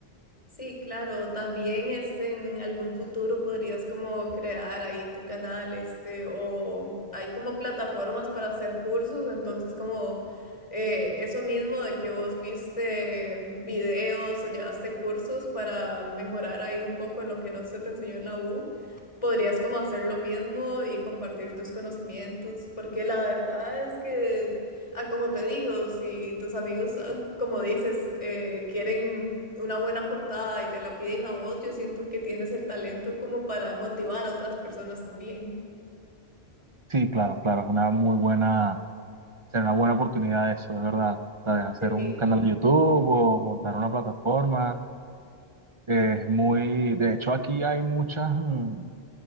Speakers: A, on the left; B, on the right.
A: Sí, claro, también este, en algún futuro podrías como crear ahí tu canal, este, o hay como plataformas para hacer cursos, entonces como eh, eso mismo de que vos viste videos o llevaste cursos para mejorar ahí un poco en lo que no se te enseñó en la U, podrías como hacer lo mismo y compartir tus conocimientos, porque la verdad es que... Ah, como te digo, si tus amigos, ah, como dices, eh, quieren una buena portada y te la piden a vos, yo siento que tienes el talento como para motivar a otras personas también.
B: Sí, claro, claro, es una muy buena, será una buena oportunidad eso, es verdad. O sea, hacer
A: Sí,
B: un canal de YouTube o montar una plataforma Es muy, de hecho aquí hay muchas mm,